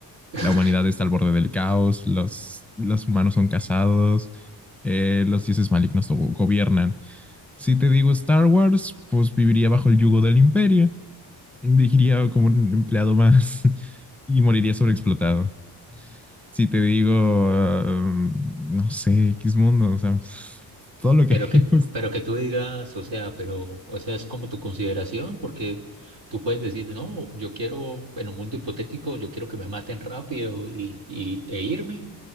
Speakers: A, on the right (about 70°); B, in the centre.
A: <laughs>
B: La humanidad está al borde del caos, los, los humanos son casados, eh, los dioses malignos go- gobiernan. Si te digo Star Wars, pues viviría bajo el yugo del imperio viviría como un empleado más <laughs> y moriría sobreexplotado. Si te digo, um, no sé, X mundo, o sea, <laughs> todo lo
A: Pero
B: que vimos,
A: que, pero que tú digas, o sea, pero, o sea, es como tu consideración, porque tú puedes decir, no, yo quiero, en un mundo hipotético, yo quiero que me maten rápido y, y, e irme,